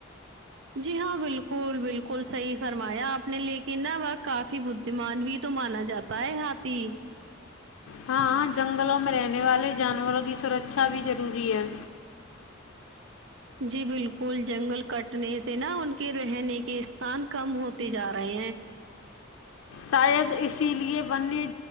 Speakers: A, on the right (about 65°); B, on the left (about 80°).
A: جی ہاں بالکل بالکل صحیح فرمایا آپ نے لیکن نا وہاں کافی بت بودیمان بھی تو مانا جاتا ہے ہاتھی
B: ہاں جنگلوں میں رہنے والے جانوروں کی سرکچھا بھی ضروری ہے
A: جی بالکل جنگل کٹنے سے نا ان کے رہنے کے استان کم ہوتے جا رہے ہیں
B: شاید اسی لیے ونیہ